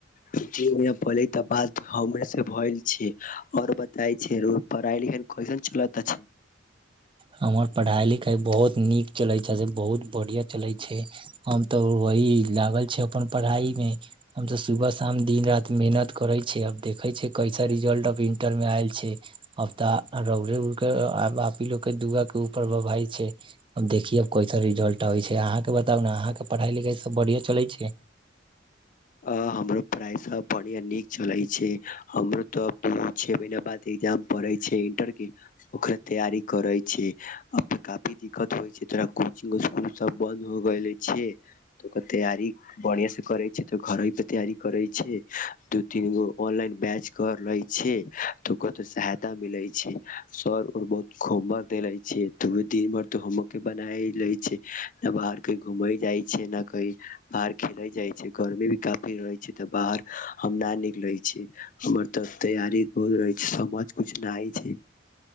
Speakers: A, on the left (about 45°); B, on the right (about 25°).
A: दु महीना पहिले ही त बात हमरे भई छै, आओर बता छै रो पढ़ाई लिखाई कैसन अछी।
B: हमर पढ़ाई लिखाई बहुत नीक चले छै से बहुत बढ़िया चले छै, हम तऽ वही लागल छी अपन पढ़ाई मे, हम त सुबह शाम दिन राति मेहनत करे छी, अब देखे छै कैसा रिजल्ट अब इंटर मे आयल छै, अब तऽ रउरे उड़ के अब आप ही लोग दुआ के ऊपर भइ छै, अब देखिय कैसा रिजल्ट आबै छै, अहाँके बताउ ने अहाँके पढ़ाई लिखाई सब बढ़ििया चलै छै।
A: आ हमरो पढ़ाइ सब बढ़ििया नीक चले छै, हमरो तऽ दू छे महीना बाद ए्जाम पढ़े छै इंटर के ओकरा तैयारी करै छै। अब तऽ काफी दिक्कत होइ छै। तरह कोचिंग स्कूल सब बन्द हो गेल हे। छै, तऽ ओकर तैयारी बढ़िआ से करै छै। घरे पे तैयारी करे छै, दू-तीन गो ऑनलाइन बैच कर ले छै त ओकरोो सहायता मिले छै, सर ऊर बहुत होमर देले छै दिन भर त होमवरके बना ले छै, न बाहर कही घूमे जाय छै ने कही बाहर खेले जाय छै। गर्मी भी काफी रहै छै, तऽ बाहर हम नहि निकले छी हमर तऽ तैयारी बहुत रह छै समझ कुछ नहि छै